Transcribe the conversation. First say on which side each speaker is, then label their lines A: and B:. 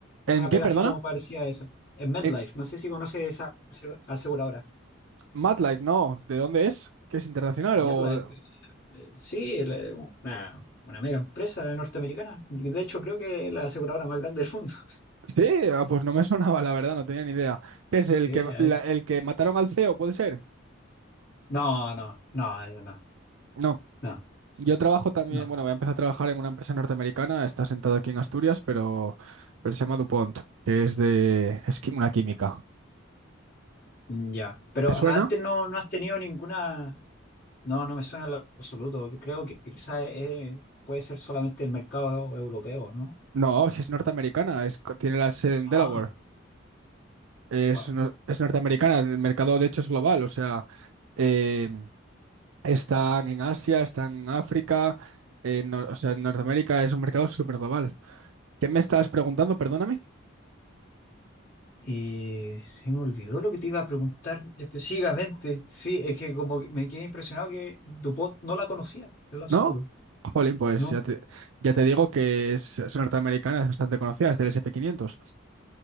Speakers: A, on the right; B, on the left.
A: ¿En
B: en una
A: qué,
B: pega
A: perdona?
B: así como parecía a eso. En MedLife,
A: En
B: no sé si conoces esa ase- aseguradora.
A: MATLAB, no. ¿De dónde es? ¿Que es internacional
B: MedLife
A: o...? de-
B: Eh, Sí, la- una, una mega empresa norteamericana. De hecho, creo que es la aseguradora más grande del mundo. <laughs>
A: Sí, ah, pues no me sonaba, la verdad, no tenía ni idea. ¿Qué es
B: Sí,
A: el que,
B: ahí.
A: la- el que mataron al CEO, puede ser?
B: No, no, no, no,
A: No.
B: no,
A: Yo trabajo también,
B: no.
A: bueno, voy a empezar a trabajar en una empresa norteamericana, está sentado aquí en Asturias, pero, pero se llama DuPont, que es de... es qui- una química.
B: Mm, Ya. Pero
A: ¿Te suena?
B: antes no, no has tenido ninguna. No, no me suena en lo absoluto. Creo que quizás eh, puede ser solamente el mercado europeo, ¿no?
A: No, si es norteamericana, es, co- tiene la sede en
B: Ah,
A: Delaware. es,
B: wow.
A: no- es norteamericana, el mercado de hecho es global, o sea, eh, están en Asia, están en África, en Nor- o sea, en Norteamérica es un mercado súper global. ¿Qué me estás preguntando? Perdóname,
B: Y se me olvidó lo que te iba a preguntar específicamente. Sí, es que como que me quedé impresionado que DuPont no la conocía, en lo absoluto,
A: ¿no? Jolín, pues
B: ¿no?
A: ya te, ya te digo que es, es norteamericana, es bastante conocida, es del S&P 500.